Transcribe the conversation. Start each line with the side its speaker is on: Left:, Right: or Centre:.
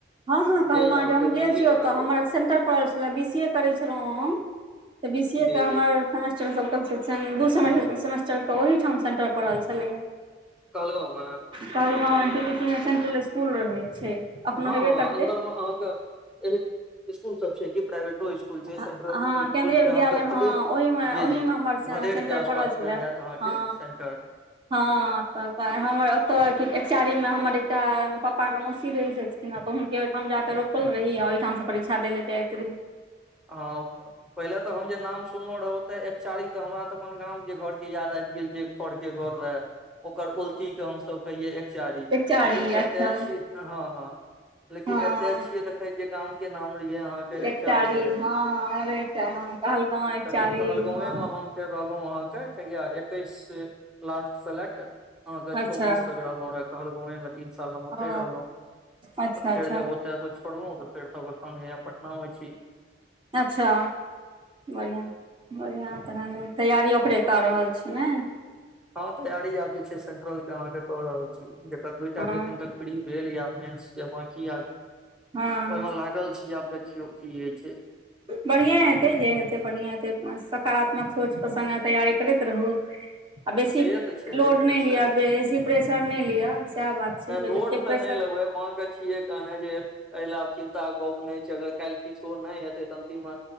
Right: हँ हँ कहल
Centre: जे यए अहाँके
Right: गाम हम गेल
Centre: बिजली
Right: छी
Centre: बनाबैत
Right: तऽ हमर सेंटर परल छले बी सी ए करै छलहुँं हम तऽ बी सी
Centre: जी
Right: ए के
Centre: जी
Right: हमर सेमेस्टर सबके दू सेमेस्टरके ओहिठाम सेन्टर पड़ल छलैय
Centre: कहलगाँव मे
Right: Kahalgaon n t P C मे सेंट्रल इसकुल रहै छै अखनो
Centre: हाँ
Right: हेबे
Centre: हाँ
Right: करतै
Centre: अंन्दर में अहाँ के ए स्कूल सब छै की प्राइवेटो स्कूल इल सेंट्र
Right: हँ
Centre: स्कुलहे
Right: केंन्द्रीय विद्यालय मे हँ ओहिमे
Centre: जी
Right: ओहिमे
Centre: जी
Right: हमर सेंटर
Centre: भदेड़ के आसपास
Right: पड़ल छले
Centre: मे हैत त अहाँके
Right: हँ
Centre: सेंटर
Right: हँ तऽ हमर ओतऽ एकजारी मे हमर एकटा प्पाके मौसी रहै छथि सिप हुनके ओहिठाम जाकऽ रोपल रही आ ओहिठामसँ परीक्षा देल ल जाइत रही
Centre: हँ पहिले तऽ हम जे नाम सुनलहुँ रह ओते एक चारी त हमरा तऽ अपन गांम के घर के याद आबि गेल जे कड़के घर रहै ओकर उलतीके हमसभ कहियै एक चारी
Right: एकचारी
Centre: लेकिन एतय
Right: अच्छा
Centre: छी हँ हँ लेकिन
Right: हँ
Centre: एते छिये देखे जे गाम के नाम रहिये अहाँ के एकचारी
Right: एकटारी
Centre: रहे
Right: हँ अरे कहलगाँव एक
Centre: तऽ
Right: चारी
Centre: फेर कहलगाँवे
Right: हँ
Centre: मे हम तै रहलहु आहां के कहिया एक्केस सऽ लास्ट लेकआगा चौबीस
Right: अच्छा
Centre: तक कहलगाँव मे तीन साल हम ओते
Right: ओ
Centre: रहलो
Right: अच्छा
Centre: फेर
Right: अच्छा
Centre: जब एत त छोड़लहु त फेर तखन हा पटना मे छी
Right: अच्छा बढ़िआँ बढ़िआँ तऽन तैयारी ओकरे कऽ रहल छीयै ने
Centre: हँ तैयारी आब जे छै सेंट्रल के अहाँ के क रहल छी जेकर दूटा
Right: हँ
Centre: के एखन तक फ्री भेल या मेन बकी आब
Right: हँ
Centre: ओहिमे लागल छी आब देखियौ की होय छै
Right: बढ़िएँ हेतै जे हेतै बढ़िएँ हेतै सकारात्मक सोचके संगे तैयारी करैत रहू
Centre: <unintelligible>
Right: आ बेसी
Centre: से तऽ छेबे
Right: लोड नहि
Centre: करतै
Right: लिअ बेसी प्रेशर नहि लिअ सएह बात छै
Centre: नहि लोड
Right: जतेक
Centre: त
Right: प्रेशर
Centre: नहि लगबै छियै कहने जे एहि लए चिन्ता गप नहि छै अगर काल्हि किछो नहि हेतै तऽ अन्तिम